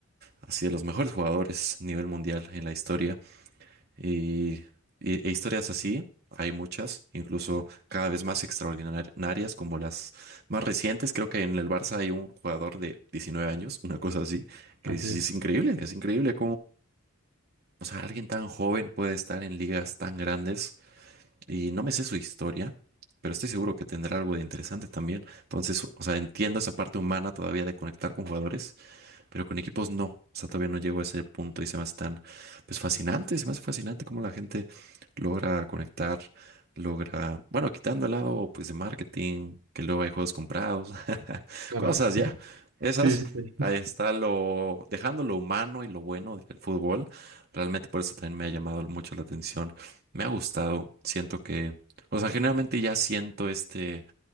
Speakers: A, on the right; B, on the right.
A: así de los mejores jugadores a nivel mundial en la historia. Y, y- e historias así, hay muchas, incluso cada vez más extraordinarias, como las más recientes. Creo que en el Barça hay un jugador de 19 años, una cosa así, que
B: así
A: dices,
B: es,
A: es increíble, es increíble o sea, alguien tan joven puede estar en ligas tan grandes y no me sé su historia, pero estoy seguro que tendrá algo de interesante también. Entonces, o sea, entiendo esa parte humana todavía de conectar con jugadores, pero con equipos no. O sea, todavía no llego a ese punto y se me hace tan, pues fascinante, se me hace fascinante cómo la gente logra conectar, logra, bueno, quitando el lado, pues, de marketing, que luego hay juegos comprados, <laughs>
B: claro.
A: Cosas ya, esas.
B: Sí, sí, sí.
A: Ahí está lo, dejando lo humano y lo bueno del fútbol. Realmente por eso también me ha llamado mucho la atención. Me ha gustado. Siento que, o sea, generalmente ya siento este,